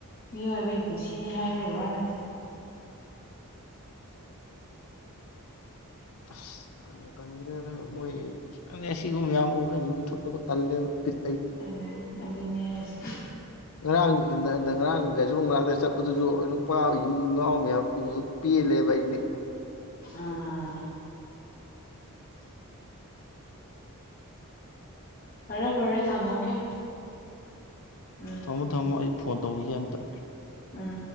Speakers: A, on the left; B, on the left.
A: ꯃꯤꯑꯣꯏꯕꯒꯤ ꯄꯨꯟꯁꯤꯅꯤ ꯍꯥꯏꯕꯒꯤ ꯋꯥꯅꯠꯇꯦ꯫
B: ꯑꯁ ꯇꯟꯕ ꯇꯟꯈꯔꯦꯗ ꯃꯣꯏ ꯁꯤꯒꯨꯝꯕ ꯃꯌꯥꯝ ꯎꯕꯗ ꯌꯨ ꯊꯛꯇꯧꯒ ꯇꯜꯂꯦꯕ ꯕꯥꯇ꯫
A: ꯑꯗꯨ ꯑꯗꯨ ꯅꯁꯦ
B: ꯉꯔꯥꯡ ꯉꯔꯥꯡ ꯀꯩꯁ ꯃꯅꯥꯥꯡꯛꯇ ꯆꯠꯄꯗꯨꯁꯨ ꯅꯨꯄꯥ ꯉꯥꯎ ꯃꯌꯥꯝ ꯎ ꯄꯦꯜꯂꯦꯕ ꯑꯩꯗꯤ
A: ꯎꯝ ꯐꯔꯦ ꯐꯔꯦ ꯊꯝꯃꯒꯦ ꯎꯝ
B: ꯊꯝꯃꯣ ꯊꯝꯃꯣ ꯑꯩ ꯐꯣꯟ ꯇꯧꯈꯤꯒꯦꯅ ꯑ
A: ꯎꯝ